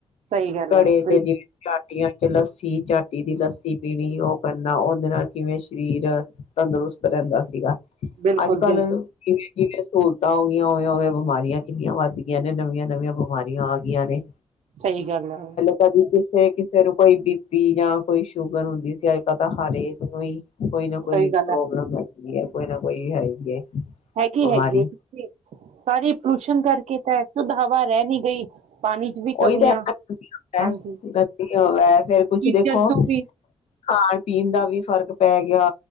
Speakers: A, on the right; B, on the left.
A: ਸਹੀ ਗੱਲ
B: ਘੜੇ
A: ਹੈ
B: ਚ
A: ਬਿਲਕੁਲ
B: ਜਿਵੇਂ ਚਾਟੀਆਂ ਚ ਲੱਸੀ ਚਾਟੀ ਦੀ ਲੱਸੀ ਪੀਣੀ ਉਹ ਕਰਨਾ ਉਹਦੇ ਨਾਲ ਕਿਵੇਂ ਸਰੀਰ ਤੰਦਰੁਸਤ ਰਹਿੰਦਾ ਸੀਗਾ
A: ਬਿਲਕੁਲ
B: ਅੱਜ ਕੱਲ
A: ਬਿਲਕੁਲ
B: ਜ ਸਹੂਲਤਾਂ ਹੋ ਗਈਆਂ ਹੋਵੇ ਹੋਵੇ ਬਿਮਾਰੀਆਂ ਕਿੰਨੀਆਂ ਵੱਧ ਗਈਆਂ ਨੇ ਨਵੀਆਂ ਨਵੀਆਂ ਬਿਮਾਰੀਆਂ ਆ ਗਈਆਂ ਨੇ
A: ਸਹੀ ਗੱਲ ਆ
B: ਨਿਚੇਕ ਚਿਰ ਕੋਈ ਬੀ ਪੀ ਜਾਂ ਕੋਈ ਸ਼ੂਗਰ ਹੁੰਦੀ ਸੀ ਅੱਜ ਕੱਲ ਤਾਂ ਹਰੇਕ ਨੂੰ ਹੀ ਕੋਈ ਨਾ ਕੋਈ
A: ਸਹੀ ਗੱਲ
B: ਪ੍ਰੋਬਲਮ ਹੈ ਕੋਈ ਨਾ ਕੋਈ ਹੈ ਹੀ ਹੈ
A: ਹੈਗੀ
B: ਬਿਮਾਰੀ
A: ਹੈਗੀ ਹੈ ਕਿਂਕਿ ਸਾਰੇ ਪੋਲੂਸ਼ਨਣ ਕਰਕੇ ਤਾਂ ਸ਼ੁੱਧ ਹਵਾ ਰਹਿ ਨੀ ਗਈ ਪਾਣੀ ਚ ਵੀ
B: ਉਹੀ
A: ਕਮੀਆਂ
B: ਤਾਂ ਇ ਗ
A: ਹਾਂਜੀ
B: ਗੰਦੀ ਹੋਵੇ ਫੇਰ ਕੁਛ
A: ਜੀਵ
B: ਦੇਖੋ
A: ਜੰਤੂ ਵੀ
B: ਖਾਣ ਪੀਣ ਦਾ ਵੀ ਫ਼ਰਕ ਪੈ ਗਿਆ